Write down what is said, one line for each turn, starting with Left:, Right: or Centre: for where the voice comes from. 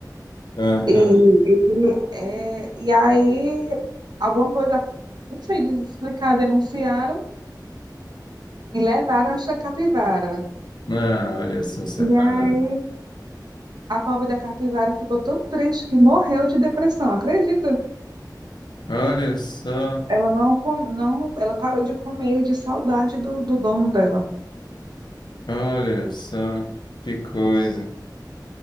Left: Aham.
Right: e, e, eh, e aí alguma coisa, não sei explicar, denunciaram e levaram essa capivara.
Left: Ah, olha só, separado.
Right: E aí a pobre da capivara ficou tão triste que morreu de depressão, acredita?
Left: Olha só,
Right: Ela não, com- não, ela parou de comer de saudade do, do dono dela.
Left: olha só, que coisa.